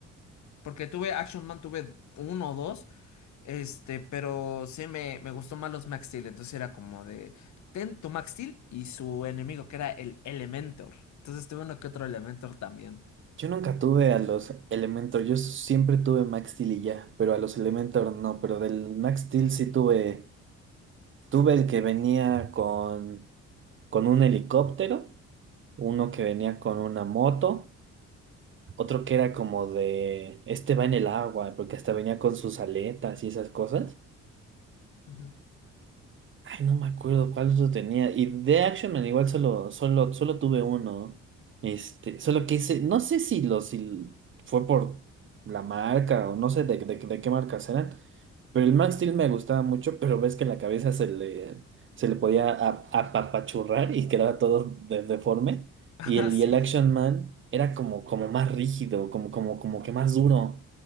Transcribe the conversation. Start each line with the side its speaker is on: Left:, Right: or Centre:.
Left: Porque tuve Action Man, tuve uno o dos. Este, pero sí me, me gustó más los Max Steel. Entonces era como de. Ten tu Max Steel y su enemigo, que era el Elementor. Entonces tuve uno que otro Elementor también.
Right: Yo nunca tuve a los Elementor, yo siempre tuve Max Steel y ya, pero a los Elementor no, pero del Max Steel sí tuve, tuve el que venía con, con un helicóptero, uno que venía con una moto, otro que era como de, este va en el agua, porque hasta venía con sus aletas y esas cosas,
Left: Ujú. <laughs>
Right: Ay, no me acuerdo cuál otro tenía. Y de Action Man igual solo, solo, solo tuve uno. Este, solo que ese, no sé si lo, si fue por la marca o no sé de, de, de qué marcas eran. Pero el Max Steel me gustaba mucho, pero ves que la cabeza se le, se le podía ap- apapachurrar y quedaba todo de- deforme.
Left: Ah,
Right: Y el,
Left: sí.
Right: y el Action Man era como, como más rígido, como, como, como que más duro.